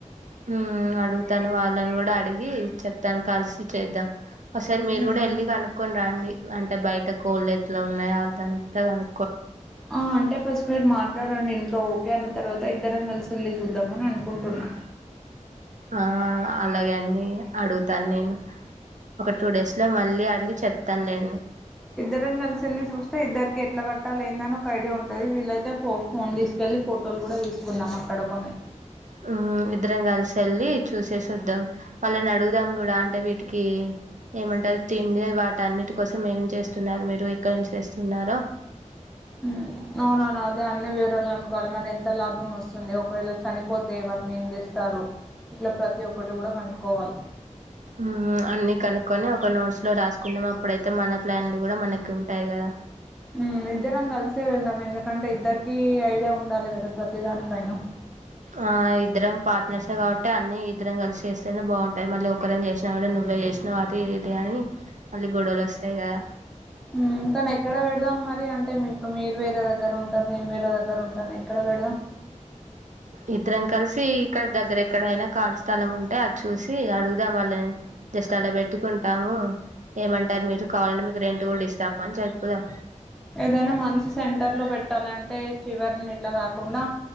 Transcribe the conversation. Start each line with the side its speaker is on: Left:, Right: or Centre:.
Right: హమ్ అడుగుతాను వాళ్ళని కూడా అడిగీ చెప్తానికి కలిసి చేద్దాం ఒకసారి మీరు
Centre: మ్మ్
Right: కూడా వెళ్ళి కనుక్కొని రండి అంటే బయట కోళ్ళు ఎట్ల ఉన్నాయా అదంతాను
Centre: ఆ అంటే ఫస్ట్ మీరు మాట్లాడండి ఇంట్లో ఓకే అంటే తర్వాత ఇద్దరం కలిసి వెల్లి చూద్దాంమని అనుకుంటున్నా
Right: ఆ అలాగే అండి అడుగుతాను నేను ఒక టూ డేస్ లో మళ్ళీ అడిగి చెప్ తన్నాన్డి
Centre: ఇద్దరం కలిసెళ్ళి చూస్తే ఇద్దరికి ఎట్ల కట్టాల లేందని ఒక ఐడియా ఉంటది వీళ్లైతే ఓ ఫోన్ టిస్కెల్లి ఫోటోలు కూడా తీసుకున్నాం అక్కడ కొన్ని
Right: ఉ ఇద్దరం కలిసి వెెల్లి చూసేసి వద్దాం వాళ్ళని అడుగుదాం కూడా అంటే వీటికి ఏమంటారు తిండి వాటన్నిటి కోసం ఏం చేస్త స్తున్నారు మీరు ఎక్కడి నుంచె తిన్నారా
Centre: హమ్ అవునువను అదే అన్నీ వివరాలు క ఒకవేళ మరి ఎంత లాభం వస్తుంది ఒకవేళ చనిపోతే వాటిని ఏం చేస్తారు ఇట్లా ప్రతి ఒక్కటి కూడా కనుక్కోవాలి
Right: హమ్ అన్ని కనుక్కొని ఒక నోట్స్ లో రాసుకుందాం అప్పుడైతే మన ప్లాన్లు కూడా మనకి ఉంటాయి కదా
Centre: హమ్ ఇద్దరం కల్సే వెళ్ళాం ఎందుకంటే ఇద్దరికి ఐడియా ఉండాలి కదా ప్రతి దాని పైన
Right: ఆ! ఇద్దరం పార్ట్నర్సే గాబట్టి అన్నీ ఇద్దరం కలిసి చేస్తేనే బాగుంటాయి మళ్ళీ ఒకరం చేసినావు కూడా నువ్వే చేసినావు అది ఇది అని మళ్ళీ గొడవలు వస్తాయి కదా
Centre: హమ్ కానీ ఎక్కడ పెడదాం మరి అంటే మీ మీరు వేరే దగ్గర ఉంటారు నేను వేరే దగ్గర ఉంటాను ఎక్కడ పెడదాం
Right: ఇద్దరం కలిసి ఇక్కడ దగ్గర ఎక్కడైనా కాలీస్థలం ఉంటే అది చూసి అడుగుదాం వాళ్ళని జస్ట్ అలా పెట్టుకుంటాము ఏమం సర్ మీరు కావాలంటే మీకు రెంట్ కూడా ఇస్తాం మని చెప్పుదాం
Centre: ఏదైనా మంచి సెంటర్ లో పెట్టాలి అంటే చివరినకి ఇట్లా కాకుండా